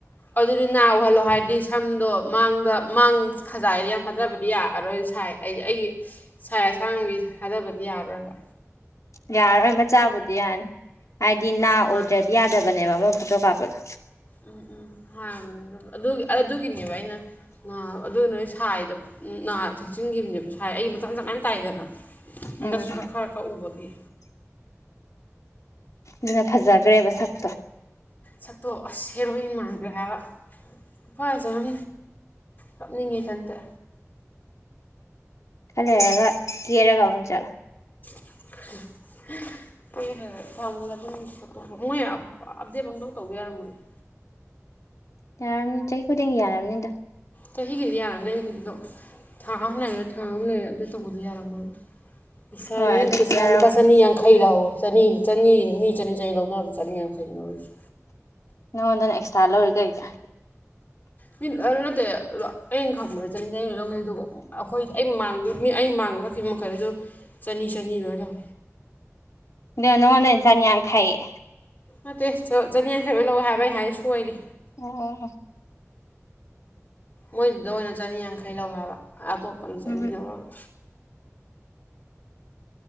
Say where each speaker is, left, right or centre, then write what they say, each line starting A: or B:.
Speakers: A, on the left; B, on the left.
A: ꯑꯗꯨꯗꯤ ꯅꯥ ꯎꯍꯜꯂꯣ ꯍꯥꯏꯔꯗꯤ ꯁꯝꯗꯣ ꯃꯥꯡꯗ ꯃꯥꯡ ꯈꯖꯥꯏꯗꯤ ꯌꯥꯝ ꯐꯖꯕꯗꯤ ꯌꯥꯔꯔꯣꯏ ꯁꯥꯏ ꯑꯩ ꯑꯩꯒꯤ ꯁꯥ ꯑꯁꯥꯡꯕꯤ ꯊꯥꯗꯕꯗꯤ ꯌꯥꯔꯣꯏꯕ
B: ꯌꯥꯔꯣꯏ ꯃꯆꯥꯕꯨꯗꯤ ꯌꯥꯅꯤ ꯍꯥꯏꯗꯤ ꯅꯥ
A: ꯃꯆꯥ ꯃꯥꯡ
B: ꯎꯗ꯭ꯔꯗꯤ ꯌꯥꯗꯕꯅꯦꯕ ꯑꯃ ꯐꯣꯇꯣ ꯀꯥꯞꯄꯗꯣ
A: ꯎꯝ ꯎꯝ ꯍꯥꯏꯅꯤ ꯑꯗꯨꯒꯤꯅꯦꯕ ꯑꯩꯅ ꯑꯗꯨ ꯅꯣꯏ ꯁꯥꯏꯗ ꯉꯥ ꯊꯦꯛꯆꯤꯟꯈꯤꯕꯅꯦꯕ ꯁꯥꯏ ꯑꯩ ꯃꯇꯝ ꯆ ꯃꯅ ꯇꯥꯏꯗꯅ ꯍꯟꯗꯁꯨ
B: ꯎꯝ
A: ꯍꯥꯛ ꯈꯥꯔ ꯈꯥ ꯎꯕꯒꯤ
B: ꯑꯗꯨꯅ ꯐꯖꯈ꯭ꯔꯦꯕ ꯁꯛꯄ
A: ꯁꯛꯇꯣꯛ ꯑꯁ ꯍꯦꯔꯣꯏꯟ ꯃꯥꯟꯈ꯭ꯔꯦ ꯍꯥꯏꯕ ꯐꯖꯝ ꯍꯥꯞꯅꯤꯡꯉꯤ ꯊꯇ
B: ꯍꯜꯂꯣ ꯌꯥꯒ ꯀꯦꯔꯒꯥꯎ ꯆꯣ
A: <unintelligible> ꯀꯦꯔꯦꯒꯥ ꯑꯗꯨꯝ ꯃꯣꯏ ꯑꯞꯗꯦꯗꯃꯨꯗꯧ ꯇꯧꯕ ꯌꯥꯔ ꯃꯣꯏ <unintelligible>
B: ꯌꯥꯔꯕꯝꯅꯤ ꯆꯍꯤ ꯈꯨꯗꯤꯡꯒꯤ ꯌꯥꯔꯕꯅꯤꯗ
A: ꯆꯍꯤꯒꯤꯗꯤ ꯌꯥꯔꯝꯃꯦ ꯍꯧꯖꯤꯗꯣ ꯊꯥ ꯑꯃ ꯂꯩꯔꯦ ꯊꯥ ꯑꯃ ꯂꯩꯔꯦ ꯑꯝꯗ ꯇꯧꯕꯗꯣ ꯌꯥꯔꯝꯃꯦꯕ ꯄꯁꯥꯅꯤ
B: ꯍꯣꯏ ꯑꯗꯨꯕꯨꯗꯤ
A: ꯄꯤꯁꯥ
B: ꯌꯥꯔꯝꯃꯣꯏ
A: ꯄꯁꯅꯤ ꯌꯥ ꯈꯩ ꯂꯣ ꯆꯅꯤ ꯆꯅꯤ ꯃꯤ ꯆꯅꯤ ꯆꯅꯤ ꯂꯧꯅꯕ ꯆꯅꯤ ꯌꯥꯈꯩ ꯂꯧꯔꯤꯁꯦ
B: ꯅꯪꯉꯣꯟꯗꯅ ꯑꯦꯛꯁꯇ꯭ꯔꯥ ꯂꯧꯔꯤ ꯀꯩꯁ
A: ꯃꯤ ꯅꯠꯇꯦ ꯑꯗꯣ ꯑꯩꯅ ꯈꯪꯕ ꯆꯠꯅꯤꯡꯁ ꯑꯩꯅ ꯂꯧꯅꯤꯩ ꯑꯗꯨꯒ ꯑꯩꯈꯣꯏꯗꯤ ꯑꯩ ꯑꯩꯥꯡꯦ ꯃꯈꯜꯁꯨ ꯆꯅꯤ ꯆꯅꯤ ꯂꯣꯏ ꯂꯧ
B: ꯑꯗꯣ ꯅꯉꯣꯟꯗ ꯏꯟꯁꯥꯡꯅꯤ ꯌꯥꯡꯈꯥꯏꯌꯦ
A: ꯅꯠꯇꯦ ꯆꯅꯤꯌꯥꯡꯈꯩ ꯂꯣꯏ ꯂꯧꯑꯣ ꯍꯥꯏꯕ ꯑꯩ ꯍꯥꯏ ꯁꯣꯏꯔꯦ
B: ꯑꯣ
A: ꯃꯣꯏꯗꯨꯗ ꯑꯣꯏꯅ ꯆꯅꯤꯌꯥꯡꯈꯩ ꯂꯧ ꯍꯥꯏꯕ ꯑꯇꯣꯞꯄꯅ ꯆꯅꯤ
B: ꯎꯝ
A: ꯂꯧꯔꯒ